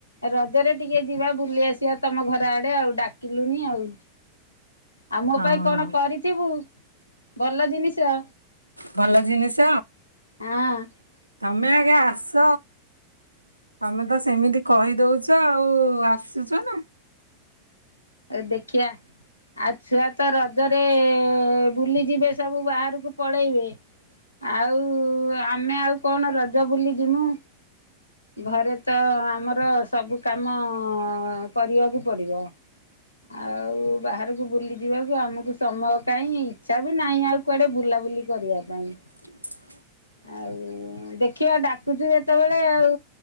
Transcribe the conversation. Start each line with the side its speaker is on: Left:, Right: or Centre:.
Left: ରଜରେ ଟିକେ ଯିବା ବୁଲି ଆସ ଯିବା ତମ ଘର ଆଡେ ଆଉ ଡାକିଲୁଣି ଆଉ। ଆଉ ମୋ
Right: ହଁ
Left: ପାଇଁ କଣ କରିଥିବୁ ଭଲ ଜିନିଷ?
Right: ଭଲ ଜିନିଷ
Left: ହଁ
Right: ତମେ ଆଗେ ଆସ ତମେ ତ ସେମିତି କହିଦଉଛ ଆଉ ଆସୁଛ ନା।
Left: ଦେଖିବା ଆଉ ଛୁଆ ତ ରଜରେ ଏ ବୁଲିଯିବେ ସବୁ ବାହାରକୁ ପଳେଇବେ ଆଉ କୁ ଆମେ ଆଉ କଣ ରଜ ବୁଲି ଜିମୂ। ଘରେ ତ ଆମର ସବୁ କାମ କରିବାକୁ ପଡିବ। ଆଉ ବାହାରକୁ ବୁଲି ଯିବାକୁ ଆମକୁ ସମୟ କାହିଁ ଇଚ୍ଛା ବି ନାହିଁ ଆଉ କୁଆଡେ ବୁଲାବୁଲି କରିବା ପାଇଁ।
Right: <inaudible>
Left: ଆଉ ଉ ଦେଖିବା ଡାକୁଛୁ ଯେତେବେଳେ ଆଉ